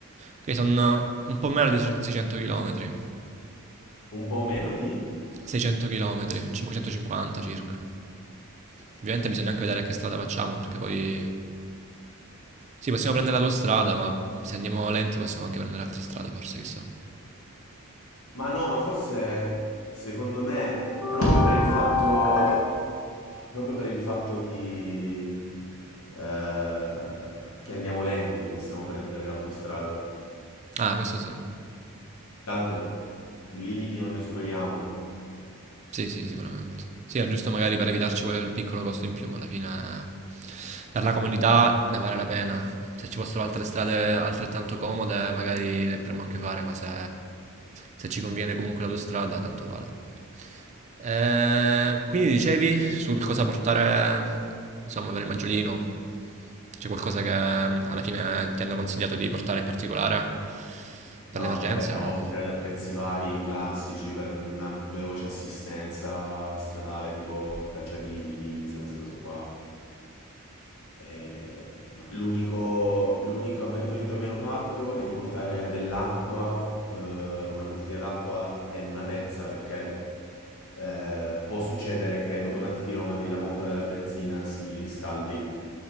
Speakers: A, on the right (about 30°); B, on the left (about 75°).
A: Ok, sono un po' meno di 600 km.
B: Un po' meno di?
A: 600 km, 550 circa.
B: Mm.
A: Ovviamente bisogna anche vedere che strada facciamo, perché poi... Sì, possiamo prendere la tua strada, ma se andiamo lenti possiamo anche prendere altre strade, forse, chissà.
B: Ma no, ma forse secondo me proprio per il fatto, proprio per il fatto di, eh, che andiamo lenti possiamo prendere l'autostrada.
A: Ah, questo sì.
B: Tanto limiti non ne superiamo.
A: Sì, sì, sicuramente. Sì, è giusto magari per evitarci quel piccolo costo in più, ma alla fine eh, per la comunità ne vale la pena. Se ci fossero altre strade altrettanto comode, magari le potremmo anche fare, ma se, se ci conviene comunque l'autostrada, tanto vale. Eh, quindi dicevi sul cosa portare, insomma, per il maggiolino, c'è qualcosa che eh, alla fine ti hanno consigliato di portare in particolare per
B: No,
A: le emergenze
B: vabbè, oltre
A: o no?
B: ad attrezzi vari classici per una veloce assistenza stradale, tipo cacciaviti, pinze, queste cose qua. Eh, ma l'unico l'unico avvertimento che mi hanno fatto è di portare dell'acqua, eh, una bottiglia d'acqua ed una pezza perché eh, può succedere che dopo tanti chilometri la pompa della benzina si riscaldi